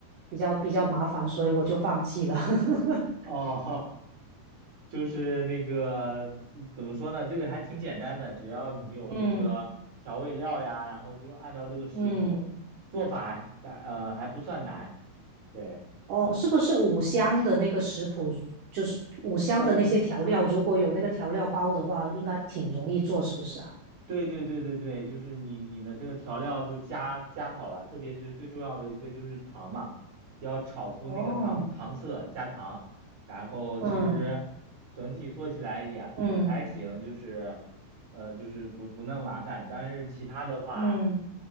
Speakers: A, on the right; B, on the right.
A: 比较比较麻烦，所以我就放弃了。<laughs>
B: 哦，就是那个怎怎么说呢？这个还挺简单的，只要你有那个调味料呀，
A: 嗯
B: 然后就按照这个食谱做法还，
A: 嗯，
B: 呃还不算难。对，
A: 哦，是不是五香的那个食谱，就是五香的那些调料，
B: 嗯，
A: 如果有那个调料包的话，应该挺容易做，是不是啊？
B: 对对对对对，就是你你的这个调料就加加好了，特别是最重要的一个就是糖嘛，要炒出那个糖糖色，
A: 哦，
B: 加糖，然后其实整体做起来也也还行，
A: 嗯嗯
B: 就是呃就是不不那么麻烦，但是其他的话，
A: 嗯